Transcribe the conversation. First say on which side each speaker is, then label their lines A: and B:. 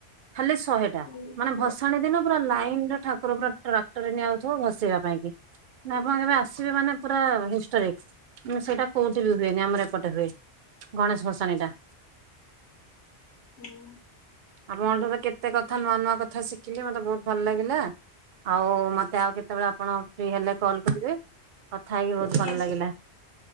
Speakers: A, on the right; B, on the left.
A: ଖାଲି ଶହେଟା।
B: ହୁଁ
A: ମାନେ ଭସାଣୀ ଦିନ ପୁରା ଲାଇନରେ ଠାକୁର ପୁରା ଟ୍ରାକ୍ଟରରେ ନିଆଯାଉଥିବ ଭସିବା ପାଇଁ କି। ନାଁ ଆପଣ କେବେ ଆସିବେ ମାନେ ପୁରା ହିଷ୍ଟୋରିକ୍ ସେଇଟା କୋଉଠି ବି ହୁଏନି ଆମର ଏପଟେ ହୁଏ। ଗଣେଶ ଭଷାଣୀ ଟା।
B: ହୁଁ।
A: ଆପଣଠାରୁ କେତେ କଥା ନୂଆ ନୂଆ କଥା ଶିଖିଲି ମତେ ବହୁତ ଭଲ ଲାଗିଲା। ଆଉ ମତେ ଆଉ କେତେବେଳେ ଆପଣ ଫି ହେଲେ କଲ୍ କରିବେ। କଥା ହେଇକି ବହୁତ
B: ହୁଁ।
A: ଭଲ ଲାଗିଲା।